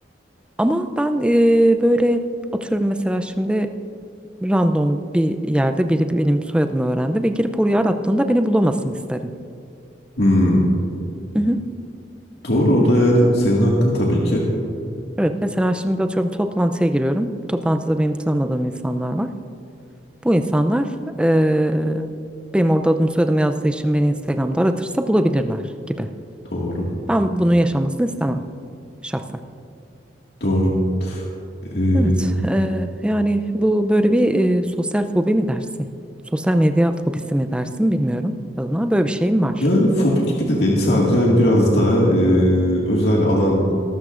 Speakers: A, in the centre; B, on the left.
A: Ama ben eee, böyle atıyorum mesela şimdi random bir yerde biri benim soyadımı öğrendi ve girip orayı arattığında beni bulamasın isterim.
B: Hmm.
A: Hı hı.
B: Doğru o da yani senin hakkın tabii ki.
A: Evet mesela şimdi atıyorum toplantıya giriyorum. Toplantıda benim tanımadığım insanlar var. Bu insanlar eee, benim orada adımı soyadımı yazdığı için beni Instagram'da aratırsa bulabilirler gibi.
B: Doğru.
A: Ben bunu yaşamasını istemem şahsen.
B: Doğru. Ee,
A: Evet, eee, yani bu böyle bir eee, sosyal fobi mi dersin? Sosyal medya fobisi mi dersin bilmiyorum. Adına böyle bir şeyim var.
B: yani fobi gibi de değil sadece yani biraz daha e, özel alan